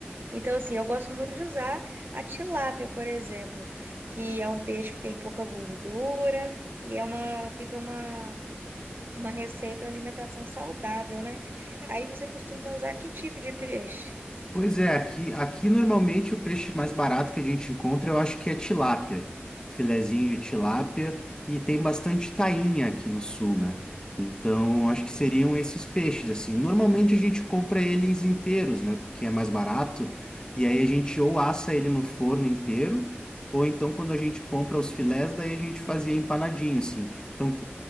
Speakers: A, on the right (about 55°); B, on the left (about 20°).
A: Então, assim, eu gosto muito de usar a tilápia, por exemplo, que é um peixe que tem pouca gordura e é uma, fica uma, uma receita, uma alimentação saudável, né? Aí você costuma usar que tipo de peixe?
B: Pois é, aqui, aqui normalmente o peixe mais barato que a gente encontra, eu acho que é tilápia, filezinho de tilápia, e tem bastante tainha aqui no sul, né? Então, acho que seriam esses peixes, assim. Normalmente a gente compra eles inteiros, né? Porque é mais barato, e aí a gente ou assa ele no forno inteiro, ou então quando a gente compra os filés, daí a gente fazia empanadinho, assim. Então,